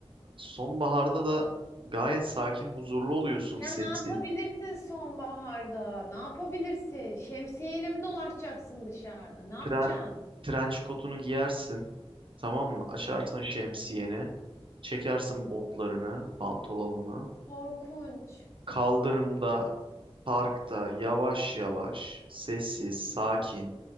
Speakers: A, on the right; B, on the left.
A: sonbaharda da gayet sakin, huzurlu oluyorsun.
B: Ya
A: Sessiz.
B: ne yapabilirsin sonbaharda? Ne yapabilirsin? Şemsiyeyle mi dolaşacaksın dışarıda? Ne yapacaksın?
A: Tren- trench kotunu giyersin. Tamam mı? Açarsın
B: Hı.
A: şemsiyeni. Çekersin botlarını, pantolonunu.
B: Korkunç.
A: Kaldırımda, parkta yavaş yavaş, sessiz, sakin.